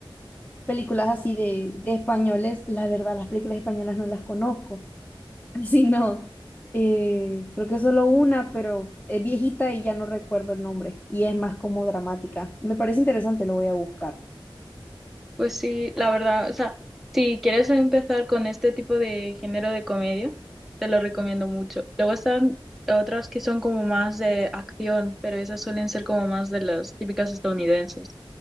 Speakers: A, on the left; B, in the centre.
A: películas así de, de españoles, la verdad, las películas españolas no las conozco. <laughs> Así no. Eh, creo que solo una, pero es viejita y ya no recuerdo el nombre. Y es más como dramática. Me parece interesante, lo voy a buscar.
B: Pues sí, la verdad, o sea, si quieres empezar con este tipo de género de comedia, te lo recomiendo mucho. Luego están otras que son como más de acción, pero esas suelen ser como más de las típicas estadounidenses.